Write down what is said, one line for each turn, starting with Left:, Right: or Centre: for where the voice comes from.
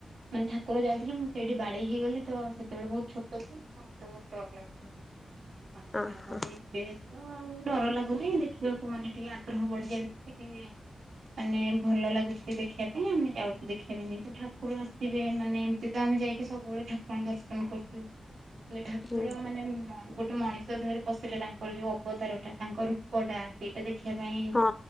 Right: ମାନେ ଠାକୁର ଯାଉଥିଲେ ମୁଁ ସେଇଠି ବାଡେଇ ହେଇଗଲି ତ ସେତେବେଳେ ବହୁତ୍ ଛୋଟ ଥିଲି ତ ମୋତେ ବହୁତ୍ ଡର ଲାଗିଥିଲା ଆଉ ତାପରେ
Left: ହଁ ହଁ
Right: ତ ଆଉ ଡର ଲାଗୁନି ଦେଖିବାକୁ ମାନେ ଟିକେ ଆଗ୍ରହ ବଢି ଯାଉଛି ଟିକେ ମାନେ ଭଲ ଲାଗୁଛି ଟିକେ ଦେଖିବା ପାଇଁ ଆମେ ଯାଉଛୁ ଦେଖିବା ପାଇଁ ଯେହେତୁ ଠାକୁର ଆସି ଥିବେ ମାନେ ଏମିତିତ ଆମେ ଯାଇକି ସବୁବେଳେ ଠାକୁରଙ୍କ ଦର୍ଶନ କରୁଛୁ। ହେଲେ ଠାକୁର
Left: ହୁଁ
Right: ମାନେ ଗୋଟେ ମଣିଷ ଦେହରେ ପଶିଲେ ତାଙ୍କର ଯୋଉ ଅବତାରଟା ତାଙ୍କର ରୂପଟା ସେଇଟା ଦେଖିବା ପାଇଁ
Left: ହଁ